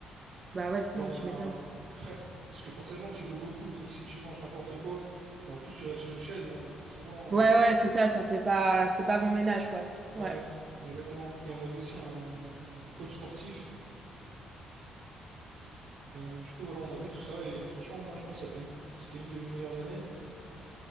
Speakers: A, on the right; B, on the right.
A: Bah ouais, sinon
B: Et on avait
A: tu m'étonnes.
B: un, <laughs> Ouais, parce que forcément, tu joues beaucoup, donc si tu manges n'importe quoi, et en plus tu restes sur une chaise, bon, forcément,
A: Ouais,
B: euh,
A: ouais, c'est ça, ça fait pas, c'est pas bon ménage, quoi. Ouais.
B: ouais, exactement. Et on avait aussi un coach sportif Euh, du coup, voilà, on avait tout ça. Et franchement, moi, je pense que c'était une, c'était une de mes meilleures années.